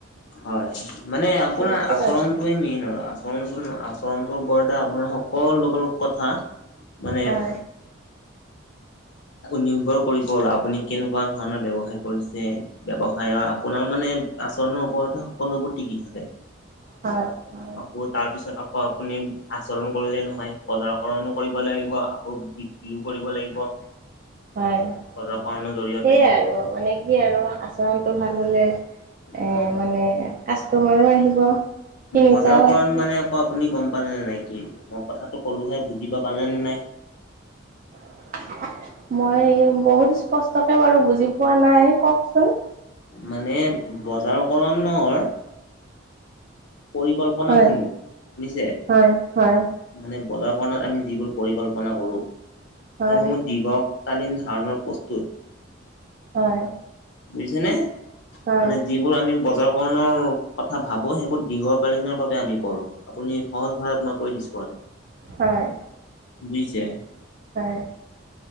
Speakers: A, on the left; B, on the right.
A: হয় মানে আপোনাৰ
B: সেনেকুৱা
A: আচৰণটোৱে
B: আৰু
A: মেইন আৰু আচৰণটো আছ চৰণটো বৰটা আপোনাৰ সকলোবোৰ কথা মানে
B: হয়
A: নিৰ্ভৰ কৰিব আৰু আপুনি কেনেকুৱা ধৰণৰ ব্যৱসায় কৰিছে? ব্যৱ হয় অ আপোনাৰ মানে আচৰণৰ ওপৰতে সকলোবোৰ টিকি থাকে।
B: হয় হয়।
A: আকৌ তাৰপিছত আকৌ আপুনি আচৰণ কৰিলেই নহয় বজাৰকৰণো কৰিব লাগিব আকৌ বি ইউ কৰিব লাগিব।
B: <inaudible> হয়
A: বজাৰকৰণৰ
B: হয়,
A: জৰিয়তে
B: সেয়াই আৰু মানে কি আৰু আচৰণটো ভাল হ'লে এ
A: অ
B: মানে কাষ্টমাৰো আহিব, তিনিটাও
A: বজাৰকৰণ
B: আহিব।
A: মানে আকৌ আপুনি গম পালেনে নাই কি মই কথাটো ক'লোহে বুজিবা পালেনে নাই?
B: <inaudible> মই বহুত স্পষ্টকে বাৰু বুজি পোৱা নাই কওকচোন?
A: মানে বজাৰ কৰণৰ পৰিকল্পনাসমূহ
B: হয়
A: শুনিছে?
B: হয় হয়
A: মানে বজৰকৰণত আমি যিবোৰ পৰিকল্পনা কৰোঁ সেইসমূহ
B: হয়
A: দীঘক কালীন ধাৰণৰ প্ৰস্তুত
B: হয়।
A: বুজিছে নে?
B: হয়
A: মানে যিবোৰ আমি বজাৰ কৰণৰ কথা ভাবো সেইবোৰ দীঘল কলিনৰ বাবে আমি কৰো আপুনি সহজভাৱে মই কৈ দিছো আৰু।
B: হয়
A: বুজিছে?
B: হয়।